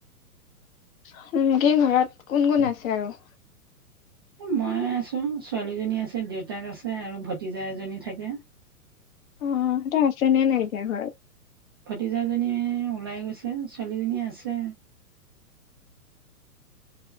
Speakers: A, on the left; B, on the right.
A: <unintelligible> ঘৰত কোন কোন আছে আৰু
B: মই আছো ছোৱালীজনী আছে দেউতাক আছে আৰু ভতিজা এজনী থাকে
A: অ তে আছেনে নাই এতিয়া ঘৰত
B: ভতিজা জনী ওলাই গৈছে ছোৱালীজনী আছে